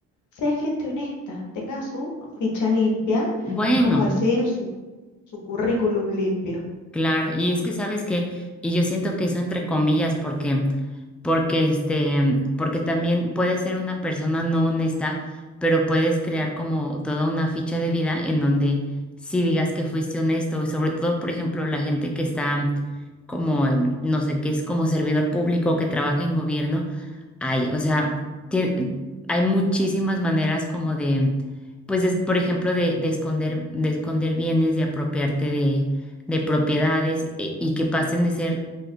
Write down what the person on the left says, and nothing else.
sea gente honesta, tenga su ficha limpia,
es como decir su, su currículum limpio.